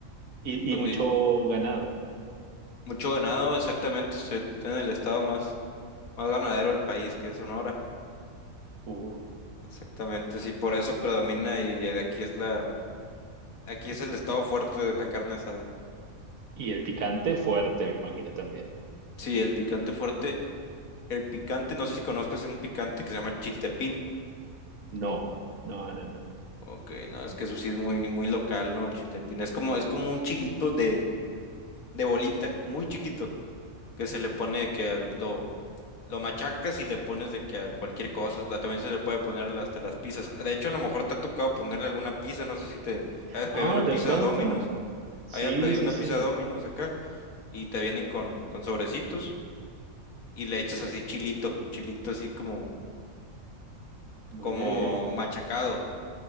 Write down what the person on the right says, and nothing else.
Y,
y mucho ganado.
Uf.
Y el picante fuerte, me imagino también.
No, no, no, no.
Ah,
de pronto.
Sí,
sí,
sí.
Ya.
Oye,